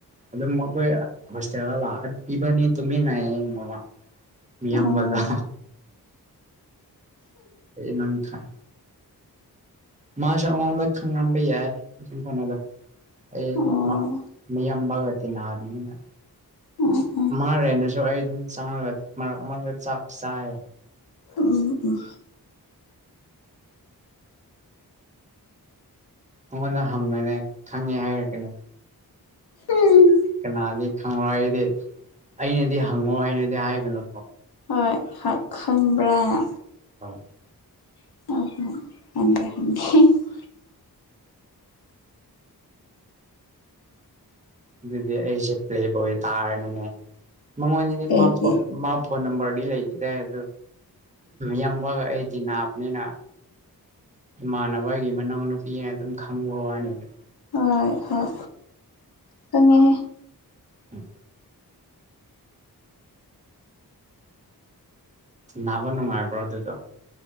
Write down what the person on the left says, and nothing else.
ꯑꯣ
ꯑꯣ
ꯎꯝ ꯎꯝ
ꯎꯝ ꯎꯝ
ꯎꯝ
ꯍꯣꯏ ꯈꯪꯕ꯭ꯔꯥꯅ
ꯑ ꯍ
ꯀꯩꯒꯤ
ꯍꯣꯏ ꯍꯣꯏ ꯆꯪꯉꯦꯍꯦ